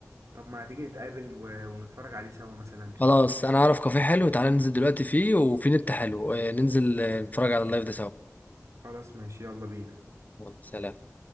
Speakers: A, on the right; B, on the left.
A: طب ما هتيجي نتقابل و- ونتفرج عليه سوا مثلا
B: خلاص انا اعرف كافيه حلو تعالى ننزل دلوقتي فيه وفي نت حلو آه، ننزل آه، نتفرج على اللايف ده سوا
A: خلاص ماشي يلا بينا
B: يلا، سلام